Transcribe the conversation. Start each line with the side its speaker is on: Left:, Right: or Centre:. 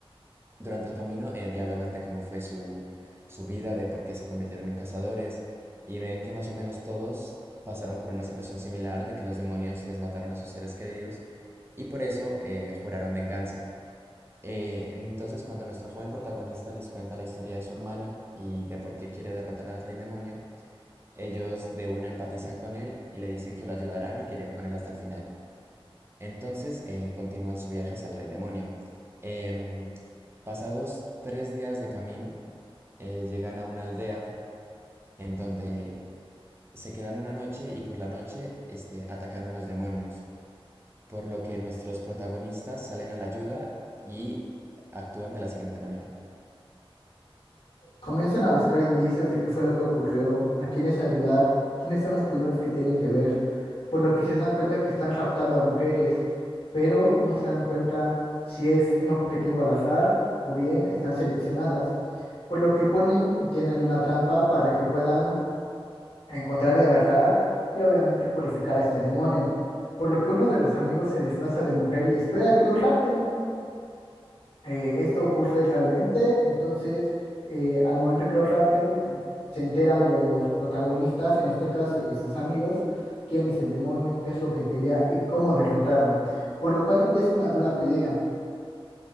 Right: durante el camino eh, dialogan de cómo fue su, su vida, de por qué se convirtieron en cazadores, y ven que más o menos todos pasaron por una situación similar de que los demonios les mataron a sus seres queridos, y por eso eh, juraron venganza. Eh, entonces, cuando nuestro joven protagonista les cuenta la historia de su hermana y de por qué quiere derrotar al rey demonio, ellos de una empatizan con él y le dicen que lo ayudarán y querían con él hasta el final. Entonces eh, continúan su viaje hacia el Rey Demonio. Em, pasados tres días de camino, eh, llegan a una aldea en donde se quedan una noche y por la noche este, atacaron los demonios, por lo que nuestros protagonistas salen a la ayuda y actúan de la siguiente manera.
Left: Comienzan a buscar indicios de qué fue lo que ocurrió, a quiénes ayudar, quiénes son los primeros que tienen que ver, por lo que se dan cuenta que están raptando a mujeres, pero no se dan cuenta si es un objetivo al azar o bien están seleccionadas, por lo que ponen y tienen una trampa para que puedan a encontrar y agarrar y obviamente purificar a este demonio. Por lo que uno de los amigos se disfraza de mujer y espera que lo rapten. Eh, esto ocurre realmente, entonces eh, al momento que lo rapten eh, se enteran los protagonistas, en este caso, y sus amigos, quién es el demonio, qué es lo que quería y cómo derrotarlo. Por lo cual empieza una dura pelea.